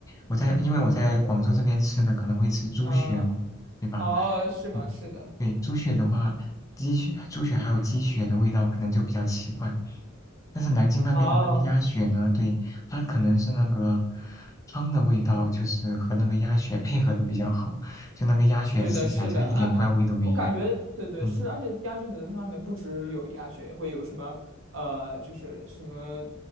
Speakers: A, on the left; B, on the right.
A: 我在，因为我在广州这边吃的可能会吃猪血嘛，
B: 嗯、
A: 对吧？
B: 哦，是吗？
A: 对，
B: 是的，
A: 对猪血的话，鸡血、猪血还有鸡血的味道可能就比较奇怪，但是南京那边的那个鸭血呢，
B: 哦，
A: 对，它可能是那个汤的味道，就是和那个鸭血配合的比较好，就那个鸭血吃起来就一点怪味都没有。
B: 是的，是的啊，我感觉对对是，
A: 嗯，
B: 而且鸭血粉丝汤里面不只有鸭血，也会有什么呃，就是什么